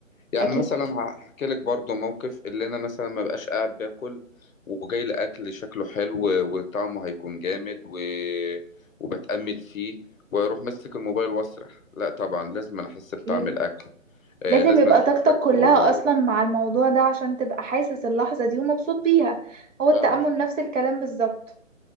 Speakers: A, on the left (about 80°); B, on the right (about 65°).
A: يعني
B: اكيد
A: مثلا هحكي لك برضو موقف اللي انا مثلا ما بقاش قاعد باكل وجاي لاكل شكله حلو وطعمه هيكون جامد و... وبتامل فيه واروح ماسك الموبايل واسرح لا طبعا لازم انا احس بطعم
B: اكيد
A: الاكل آه
B: لازم
A: لازم
B: يبقى
A: انا اشوف
B: طاقتك
A: شكله
B: كلها اصلا مع الموضوع ده عشان تبقى حاسس اللحظة دي ومبسوط بيها هو التأمل
A: فعلا
B: نفس الكلام بالظبط